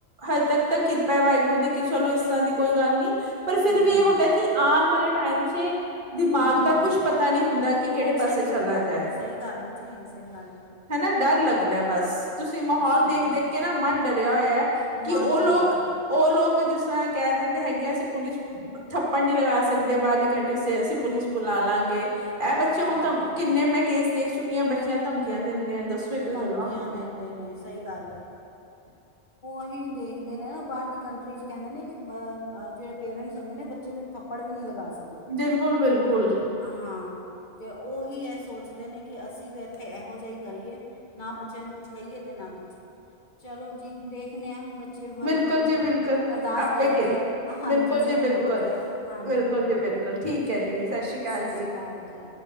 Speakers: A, on the right; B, on the left.
A: ਹਜੇ ਤੱਕ ਤਾਂ ਕਿਰਪਾ ਐ ਵਾਹੇਗੁਰੂ ਦੀ ਕਿ ਚਲੋ ਇਸ ਤਰਾਂ ਦੀ ਕੋਈ ਗੱਲ ਨੀ। ਪਰ ਫਿਰ
B: ਹੂੰ
A: ਵੀ
B: ਹੂੰ
A: ਏ
B: ਹੂੰ
A: ਹੁੰਦਾ ਕਿ ਆਨ ਵਾਲੇ ਟਾਈਮ ਚ ਦਿਮਾਗ
B: ਹੂੰ
A: ਦਾ
B: ਹੂੰ
A: ਕੁਛ ਪਤਾ ਨੀ ਹੁੰਦਾ ਕਿ ਕੇੜੇ
B: ਕੁਛ
A: ਪਾਸੇ
B: ਨਹੀਂ
A: ਚਲਾ
B: ਪਤਾ
A: ਜਾਏ।
B: ਹੁੰਦਾ ਸਹੀ ਗੱਲ ਏ ਜੀ, ਸਹੀ ਗੱਲ ਏ।
A: ਹੈਨਾ ਡਰ ਲਗਦਾ ਬਸ। ਤੁਸੀ ਮਾਹੌਲ
B: ਜੀ
A: ਦੇਖ
B: ਬਸ
A: ਦੇਖ ਕੇ ਨਾ ਮਨ ਡਰਆ ਹੋਏਆ ਕਿ
B: ਮਨ
A: ੳਹ
B: ਡਰਿਆ
A: ਲੋਕ,
B: ਹੋਇਆ
A: ੳਹ ਲੋਕ ਜਿਸਰਾਂ ਕੈ ਦੇਂਦੇ ਹੈਗੇ ਐ ਅਸੀ ਪੁਲਿਸ ਥੱਪੜ ਨੀ ਲਗਾ ਸਕਦੇ ਬਾਹਰਲੀ ਕੰਟਰੀ ਚ, ਅਸੀ ਪੁਲਿਸ ਬੁਲਾ ਲਾਂਗੇ ਐ ਬੱਚੇ
B: ਹਾਂ
A: ਹੁਨ ਧਮ ਕਿੰਨੇ ਮੈਂ ਕੇਸ ਦੇਖ ਚੁੱਕੀ ਆਂ ਬੱਚਿਆਂ ਧਮਕੀਆਂ ਦਿੰਦੇ ਆ ਦੱਸੋ ਇਹ ਕੋਈ
B: ਧਮਕੀਆਂ
A: ਗੱਲਾਂ ਹੁੰਦੀਆਂ
B: ਦਿੰਦੇ ਨੇ ਸਈ ਗੱਲ ਏ।
A: <inaudible>
B: ਐਹੀ ਦੇਖਦੇ ਨੇ ਨਾ ਬਾਰ ਦੀ ਕੰਟਰੀ ਚ ਕੈਂਦੇ ਨੇ ਕਿ ਅ ਜੇੜੇ ਪੇਰੈਂਟਸ ਹੁੰਦੇ ਨੇ ਬੱਚੇ ਨੂੰ ਇੱਕ ਥੱਪੜ ਵੀ ਨੀ ਲਗਾ ਸਕਦੇ।
A: ਬਿਲਕੁਲ-ਬਿਲਕੁਲ।
B: ਹਾਂ ਤੇ ਉਹੀ ਐ ਸੋਚਦੇ ਨੇ ਕਿ ਅਸੀਂ ਵੀ ਇੱਥੇ ਐਹੋ ਜਾ ਕਰੀਏ। ਨਾ ਬੱਚਿਆਂ ਨੂੰ ਕੁਛ ਕਈਏ ਤੇ ਨਾ ਕੁਛ। ਚਲੋ ਜੀ ਦੇਖਨੇ ਆਂ ਬੱ ਚੇ ਵਾਹਿਗੁਰੂ
A: ਬਿਲਕੁਲ ਜੀ ਬਿਲਕੁਲ
B: ਅਰਦਾਸ
A: ਆਪੇ
B: ਕਰਾਂਗੇ,
A: ਕੇ
B: ਹਾਂਜੀ
A: ਬਿਲਕੁਲ
B: ਸਭ
A: ਜੀ ਬਿਲਕੁਲ,
B: ਠੀਕ ਹੋ ਜਾਏ ਹਾਂਜੀ।
A: ਬਿਲਕੁਲ ਜੀ ਬਿਲਕੁਲ
B: ਠੀਕ
A: ਹੈ
B: ਏ
A: ਸਤਿ
B: ਜੀ
A: ਅਕਾਲ
B: ਸਸ ਸ੍ਰੀ ਕਾਲ ਜੀ।